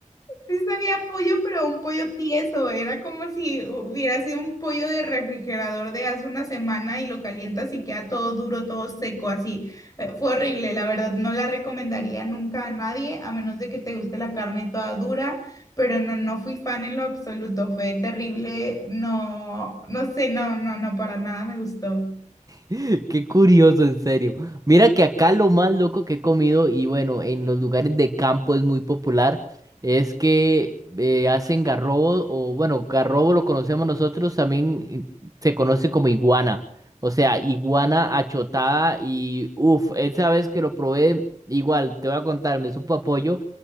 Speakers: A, on the left (about 25°); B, on the right (about 25°).
A: Sí sabía pollo, pero un pollo tieso. Era como si hubiera sido un pollo de refrigerador de hace una semana y lo calientas y queda todo duro, todo seco, así. Eh, Fue horrible, la verdad. No la recomendaría nunca a nadie, a menos de que te guste la carne toda dura. Pero no, no fui fan en lo absoluto. Fue terrible. No, no sé, no, no, no, para nada me gustó.
B: <laughs> Qué curioso, en serio. Mira que acá lo más loco que he comido, y bueno, en los lugares de campo es muy popular, es que eh, hacen garrobo, o bueno, garrobo lo conocemos nosotros, también eh, se conoce como iguana. O sea, iguana achotada, y uff, esa vez que lo probé, igual, te voy a contar, me supo apoyo,